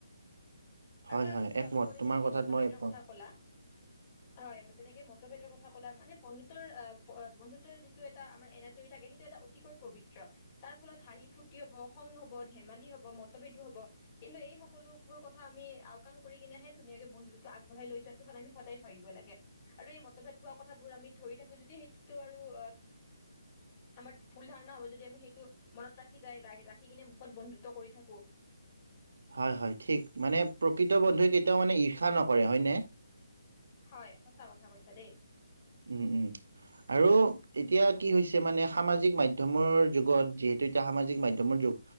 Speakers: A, on the left; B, on the right.
A: আৰু
B: হয়,
A: ধৰা
B: হয়
A: তুমি
B: একমত
A: অলপতে
B: তোমাৰ
A: যেনেকে
B: কথাত
A: মতভেদৰ
B: মই একমত
A: কথা কলা হয় তেনেকে মতভেদৰ কথা কথা কলা মানে বন্ধুতৰ অ অ বন্ধুত্বৰ যিটো এটা আমাৰ এনাজৰি থাকে, সেইটো এটা অতিকৈ পবিত্ৰ। তাৰ ফলত হাঁহি ফূৰ্তি হব, খং হব ধেমালি হব, মতভেদো হব কিন্তু এই সকলোবোৰ কথা আমি আওকাণ কৰি কিনেহে ধুনীয়াকে বন্ধুত্বটো আগবঢ়াই লৈ যোৱাাটো আমি সদায় ভাবিব লাগে আৰু এই মতভেদ হোৱা কথাবোৰ আমি ধৰি থাকো যদি তটো আৰু অ, আমাৰ ভুল ধাৰণা হ'ব যদি আমি সেইটো মনত ৰাখি যাই ৰা ৰাখি কিনে মুখত বন্ধুত্ব কৰি থাকো।
B: হয় হয় ঠিক, মানে প্ৰকৃত বন্ধুৱে কেতিয়াও মানে ঈৰ্ষা নকৰে হয়নে?
A: হয় সঁচা কথা কৈছা দেই।
B: উম উম, আৰু এতিয়া কি হৈছে মানে সামাজিক মাধ্যমৰ যুগত যিহেতু এতিয়া সামাজিক মাধ্যমৰ যুগ